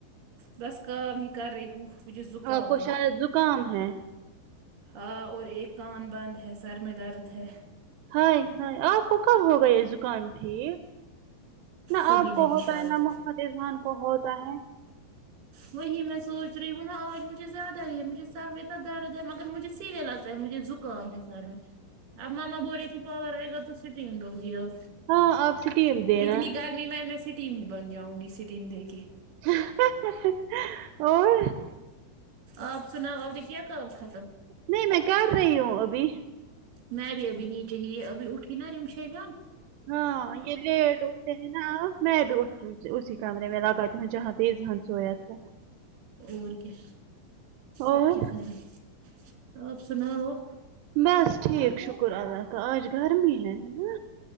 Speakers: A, on the right; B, on the right.
A: بس کام ہی کر رہی ہوں مجھے زکام
B: آپ کو
A: ہے
B: شاید زکام ہے
A: ہاں اور ایک کان بند ہے سر میں درد ہے
B: ہاے ہاے آپ کو کب ہوگیا یہ زکان ٹھیک نہ
A: کبھی
B: آپ کو
A: نہیں
B: ہوتا
A: شاید
B: ہے نہ محمد اذھان کو ہوتا ہے
A: وہی میں سوچ رہی ہوں نا آج مجھ مجھے زیادہ ہی ہے مجھے سر میں اتنا درد ہے مگر مجھے سیدھے لگرہا ہے مجھے زکام ہے سر میں اب مما بول رہی تھی پور آئیگا تو اسٹیم دوگی اب
B: ہاں آپ سٹیم دینا
A: اتنی گرمی میں میں اسٹیم ہی بن جاؤں گی سٹیم دے کے
B: اور
A: آپ سناؤ آپ نے کیا کام ختم
B: نہیں میں کر رہی ہوں ابھی
A: میں بھی ابھی نیچے ہی ابھی اٹھی نا رمشیجان
B: ہاں یہ لیے <unintelligible> ہیں نا میں بھی اسی کمرے میں لگاتی ہوں جہاں پہ یہ سویا تھا
A: اور کیا
B: اور
A: آپ کیا کر رہے آپ سناؤ
B: بس ٹھیک شکر اللہ کا آج گرمی ہے ن